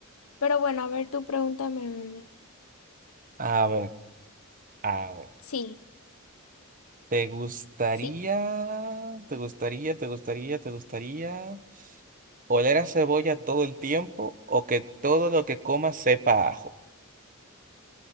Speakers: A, on the left; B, on the right.
A: Pero bueno, a ver, tú pregúntame una.
B: A ver, a ver.
A: Sí,
B: ¿Te gustaría,
A: sí.
B: te gustaría, te gustaría, te gustaría oler a cebolla todo el tiempo o que todo lo que comas sepa a ajo?